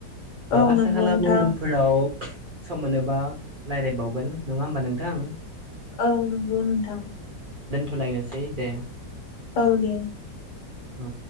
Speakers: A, on the left; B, on the right.
A: औ
B: आसा
A: नंगौ
B: ओ खालामो
A: नोंथां
B: उनफोराव सम मोनोबा रायलायबावगोन नङा होमबा नोंथां।
A: औ नंगौ नोंथां
B: थलायनोसै दे।
A: औ दे
B: औ